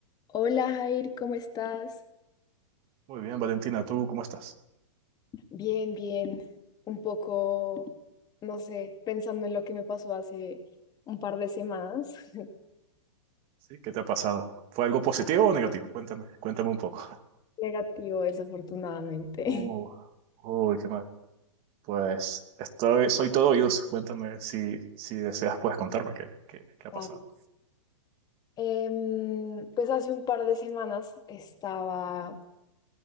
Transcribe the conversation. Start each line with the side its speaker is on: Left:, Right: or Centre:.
Left: Hola Jair, ¿cómo estás?
Right: Muy bien, Valentina, ¿tú cómo estás?
Left: Bien, bien. Un poco, no sé, pensando en lo que me pasó hace un par de semanas. <laughs>
Right: ¿Sí? ¿Qué te ha pasado? ¿Fue algo positivo o negativo? Cuéntame, cuéntame un poco.
Left: Negativo, desafortunadamente.
Right: Uh,
Left: <laughs>
Right: uy, qué mal. Pues estoy, soy todo oídos. Cuéntame si, si deseas, puedes contarme qué, qué, qué ha
Left: Wow.
Right: pasado.
Left: Em, pues hace un par de semanas estaba